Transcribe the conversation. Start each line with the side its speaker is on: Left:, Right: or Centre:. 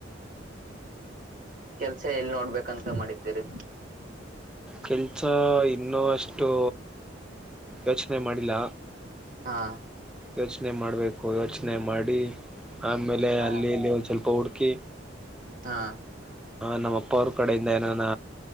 Right: ಕೆಲ್ಸ ಎಲ್ಲಿ ನೋಡ್ಬೇಕಂತ ಮಾಡಿದ್ದೀರಿ.
Centre: ಕೆಲ್ಸ ಇನ್ನೂ ಅಷ್ಟು ಯೋಚನೆ ಮಾಡಿಲ್ಲ.
Right: ಹಾ.
Centre: ಯೋಚನೆ ಮಾಡಬೇಕು ಯೋಚನೆ ಮಾಡಿ ಆಮೇಲೆ
Right: ಹಾ
Centre: ಅಲ್ಲಿ ನೀವು ಒಂದು ಸ್ವಲ್ಪ ಹುಡುಕಿ.
Right: ಹಾ.
Centre: ನಮ್ಮ ಅಪ್ಪ ಅವ್ರ ಕಡೆಯಿಂದ ಏನಾನ